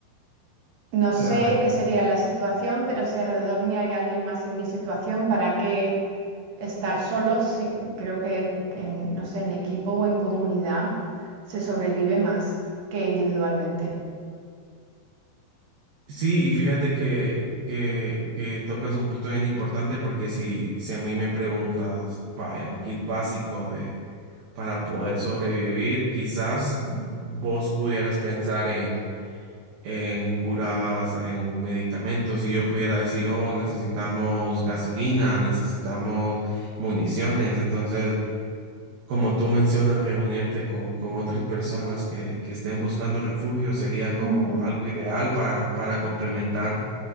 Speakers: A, on the right; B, on the right.
A: No sé
B: Claro.
A: qué sería la situación, pero si alrededor mío hay alguien más en mi situación, ¿para qué estar solos? Sí, creo que en, no sé, en equipo o en comunidad se sobrevive más que individualmente.
B: Sí, y fíjate que, que, que tocas un punto bien importante porque si, si a mí me preguntas, vaya, un kit básico de, para poder sobrevivir, quizás vos pudieras pensar en en curas, en medicamentos, y yo pudiera decir, oh, necesitamos gasolina, necesitamos municiones. Entonces, como tú mencionas, reunirte con, con otras personas que, que estén buscando refugio sería como
A: Ujú.
B: algo ideal para, para complementar